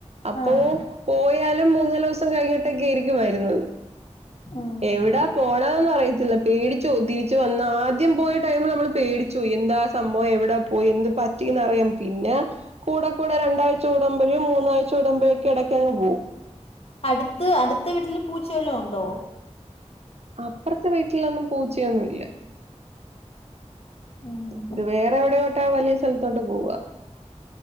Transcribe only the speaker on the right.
അപ്പൊ
പോയാലും മൂന്നാല് ദിവസം കഴിഞ്ഞിട്ടൊക്കെ ആയിരിക്കും വരുന്നത്
എവിടാ പോണതന്ന് അറിയത്തില്ല പേടിച്ചുപോവും തിരിച്ചു വന്ന ആദ്യം പോയ ടൈമിൽ നമ്മൾ പേടിച്ചോയി എന്താ സംഭവം എവിടാ പോയി എന്ത് പറ്റിന്ന് അറിയാൻ പിന്നെ കൂടെ കൂടെ രണ്ടാഴ്ച കൂടുമ്പോഴും മൂന്നാഴ്ച കൂടുമ്പഴും ഒക്ക ഇടക്കക്ക്ങ് പോകും
അപ്പുറത്തെ വീട്ടിലൊന്നും പൂച്ചയൊന്നും ഇല്ല
ഇത് വേറെ എവിടെയോട്ട് ആ വലിയ സ്ഥലത്തോട്ട് പോവുക